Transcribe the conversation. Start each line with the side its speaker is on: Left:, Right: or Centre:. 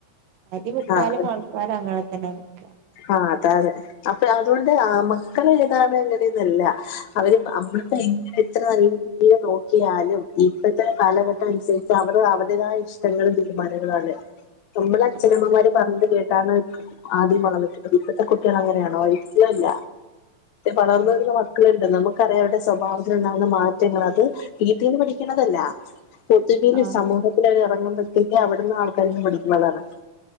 Right: പാതിമുക്കാലും
Left: ആ
Right: ആൾക്കാരും അങ്ങന തന്നാ നിക്കാ
Left: ആഹ് അതാണ് അപ്പൊ അതുകൊണ്ട് മക്കളെ ഏതാണ് എങ്ങനെന്നല്ല അവര് നമ്മ എങ്ങനെ എത്ര നല്ല രീതിൽ നോക്കിയാലും ഇപ്പോത്തെ കാലഘട്ടം അനുസരിച്ച് അവർ അവരുടേതായ ഇഷ്ടം ടങ്ങളും തീരുമാനങ്ങളാണ് നമ്മള് അച്ഛനമ്മമാര്
Right: ആഹ്
Left: പറഞ്ഞു കേട്ടാണ് ആദ്യം വളർന്നത് ഇപ്പത്തെ കുട്ടികൾ അങ്ങനെയണോ ഒരിക്കലും അല്ല
Right: അതെ
Left: വളർന്ന് വരുന്ന മക്കളുണ്ട് നമുക്കറിയാം അവരുടെ സ്വഭാവത്തിലുണ്ടാകുന്ന മാ റ്റങ്ങൾ അത്
Right: ഇനി
Left: വീട്ടീന്ന് പഠിക്കണതല്ല പൊതുവില്
Right: ആഹ്
Left: സമൂഹ ത്തില് ഇറങ്ങുമ്പത്തേക്ക് അവർ അവിടുന്ന് ആൾക്കാരീന്ന് പഠിക്കുന്നതാണ്